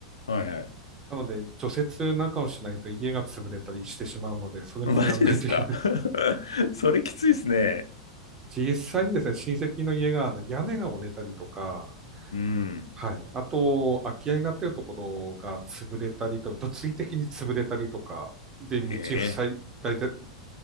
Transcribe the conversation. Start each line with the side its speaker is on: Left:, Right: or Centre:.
Left: はいはい。
Right: なので、除雪なんかをしないと家が潰れたりしてしまうので、それもやんないといけない。
Left: マジですか <laughs> それきついですね。
Right: <laughs> 実際にですね、親戚の家があの屋根が折れたりとか、
Left: うん。
Right: はい。あと、空き家になっているところが潰れたりとか、物理的に潰れたりとか、で、道塞い、
Left: ええ。
Right: 大体、